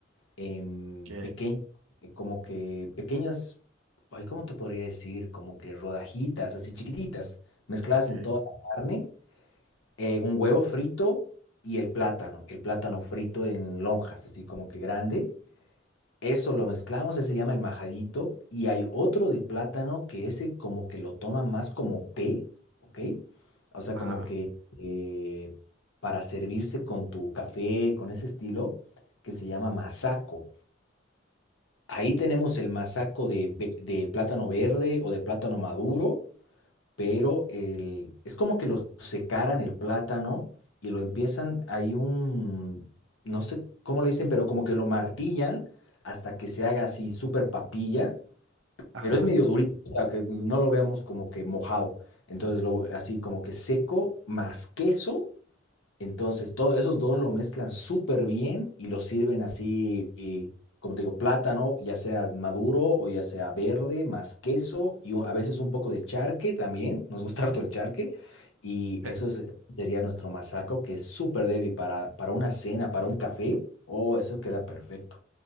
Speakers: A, on the left; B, on the right.
A: em,
B: Ok,
A: pequeño, eh, como que pequeñas, ay, ¿cómo te podría decir? Como que rodajitas, así chiquititas, mezcladas
B: ok.
A: en toda la carne, eh, un huevo frito y el plátano, el plátano frito en lonjas, así como que grande. Eso lo mezclamos, ese se llama el majadito, y hay otro de plátano que ese como que lo toma más como té, ¿ok? O sea,
B: Ajá,
A: como que eh, para servirse con tu café, con ese estilo, que se llama masaco. Ahí tenemos el masaco de, ve- de plátano verde o de plátano maduro, pero el, es como que lo secaran el plátano y lo empiezan, hay un, no sé cómo le dicen, pero como que lo martillan hasta que se haga así súper papilla,
B: ajá.
A: pero es medio durito, o sea, que no lo veamos como que mojado. Entonces, lo, así como que seco más queso entonces, todos esos dos lo mezclan súper bien y lo sirven así, y, como te digo, plátano, ya sea maduro o ya sea verde, más queso y u- a veces un poco de charque también. Nos gusta <laughs> harto el charque. Y
B: <laughs>
A: eso es- sería nuestro masaco, que es súper deli para, para una cena, para un café. Oh, eso queda perfecto.